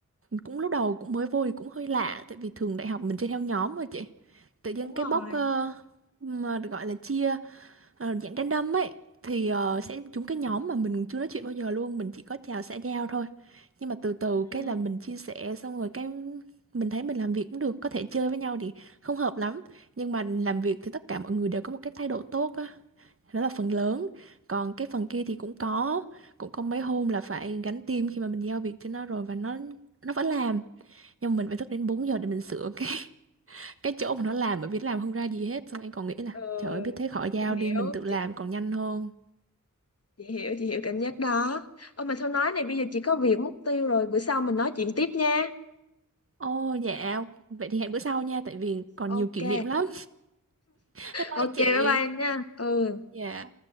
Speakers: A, on the right; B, on the left.
A: cũng lúc đầu cũng mới vô thì cũng hơi lạ tại vì thường đại học mình chơi theo nhóm mà chị tự nhiên
B: đúng
A: cái
B: rồi
A: bốc ờ, mà được gọi là chia Ờ, dạng random ấy thì ờ,
B: ừ.
A: sẽ trúng cái nhóm mà mình chưa nói chuyện bao giờ luôn mình chỉ có chào xã giao thôi nhưng mà từ từ
B: Ừ.
A: cái là mình chia sẻ xong rồi cái mình thấy mình làm việc cũng được có thể chơi với nhau thì không hợp lắm nhưng mà làm việc thì tất cả mọi người đều có một cái thái độ tốt á đó là phần lớn còn cái phần kia thì cũng có cũng có mấy hôm là phải gánh team khi mà mình giao việc cho nó rồi và nó nó vẫn làm nhưng mà mình phải thức đến 4 giờ để mình sửa cái <laughs> cái chỗ mà nó làm bởi vì nó làm không ra gì hết xong em còn nghĩ là
B: Ừ.
A: trời ơi biết thế khỏi giao
B: chị hiểu
A: đi mình tự làm
B: chị,
A: còn nhanh hơn
B: chị hiểu chị hiểu cảm giác đó ôi mà thôi nói này bây giờ chị có việc mất tiêu rồi bữa sau mình nói chuyện tiếp nha
A: Ồ dạ, vậy thì hẹn bữa sau nha, tại vì còn
B: ok
A: nhiều kỷ niệm lắm. <laughs> Bye
B: ok
A: bye chị.
B: bye bye em nha ừ
A: Dạ.